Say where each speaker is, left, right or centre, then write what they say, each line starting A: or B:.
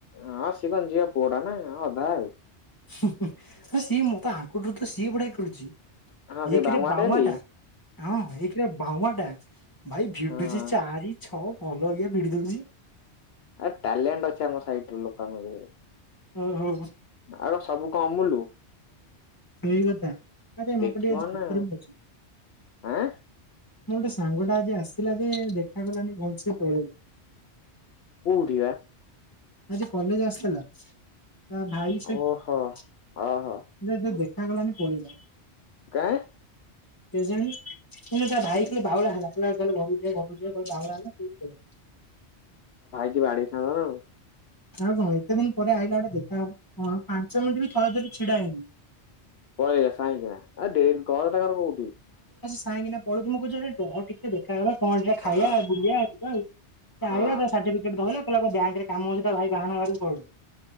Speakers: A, on the left (about 65°); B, on the left (about 20°).
A: ହଁ ସିଏ ତାଙ୍କ ଝିଅ ପୁଅ ଟା ନା ଅଧା ଆଉ।
B: ସିଏ ମତ ଆଙ୍କଠୁ ତ ସିଏ ବଢ଼ିଆ ଖେଳୁଚି।
A: ହଁ ସେଇ
B: ଏକରେ
A: ବାଉଁଆଟା
B: ବାଉଁଆ
A: ଟି
B: ଟା ହଁ ଏକଇରେ ବାଉଁଆ ଟା ଭାଇ ଭିଡୁଛି
A: ହଁ
B: ଚାରି ଛଅ ଭଲ ଇଆ ଭିଡି ଦଉଛି।
A: ଆ ଟଲଲୋଣ୍ଡ ଅଛି ଆମ ସାଇଟ୍ ଲୋକ ଆଉ
B: ଓହୋ
A: କଣ ସବୁ କଣ ଅମୁଲୁ?
B: ସେଇ କଥା ମତେ ଟିକେ
A: ଦେଖିବ
B: ଆଜି ଦଃଖରେ
A: ନା
B: ଅଛି।
A: ଆଁ
B: ମୋର ଗୋଟେ ସାଙ୍ଗ ଟା ଆଜି ଆସିଲା ଯେ ଦେଖା କଲାଣି ଭଲସେ ପଳେଇଲେ।
A: କୋଉଠି ବା?
B: ଆଜି କଲେଜ ଆସିଥିଲା। ତା ଭାଇ ସହିତ
A: ଓହୋ। ଓହୋ
B: ଦେଖାଗଲାନି ପଳେଇିଲଲା
A: କାଇଁ?
B: କେଜାଣି <unintelligible> ତା ଭାଇ ଖାଲି ବାଉଳା ହେଲା କହିଲା ଚାଲ ଘରକୁ ଯିବା। ସେ ଘରକୁ ଯିବାକୁ ବାଉଳା ହେଲା।
A: କି ବାଡେଇଥାନ୍ତ ନାଁଉ।
B: ଆଉ କଣ ଏତେ ଦିନ ପରେ ଆଇଲା ଗଟେ ଦେଖ ପାଞ୍ଚ ମିନିଟ ବି ଥରଥରେ ଛିଡା ହେଇନି।
A: ପଳେଇଲା ସାଇଁକିନା ଡେରି ଘର ତାଙ୍କର କୋଉଠି?
B: କାଁକିନା ପଳଉଛି ମୁଁ କହୁଛି ରହ ଟିକେ ଦେଖା କଣ ଦିଟା
A: ଅ
B: ଖାଇବା ବୁଲିବା ଯିବା ସେ
A: ହଁ
B: ଆଇଲା ତା ସାର୍ଟିଫିକେଟ ଧଇଲା କହିଲା ବଙ୍କ କାମ ଅଛି ତା ଭାଇ ବାହାନା ବାହାରିକ ପଳ